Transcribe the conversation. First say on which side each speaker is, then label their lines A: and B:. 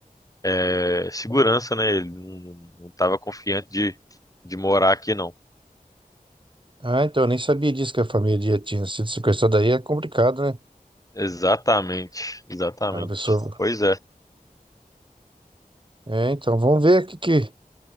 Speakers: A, on the left; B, on the right.
A: é, segurança, né? Ele não estava confiante de, de morar aqui, não.
B: Ah, então, eu nem sabia disso, que a família tinha sido sequestrada aí. É complicado, né?
A: Exatamente, exatamente.
B: Ah, A pessoa...
A: Pois é.
B: É, então, vamos ver o que, que,